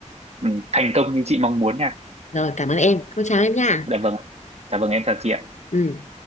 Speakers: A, on the right; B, on the left.
A: ừ, thành công như chị mong muốn nha.
B: Rồi, cảm ơn em. Cô chào em nha.
A: Dạ vâng. ạ. Dạ vâng, em chào chị ạ.
B: Ừ.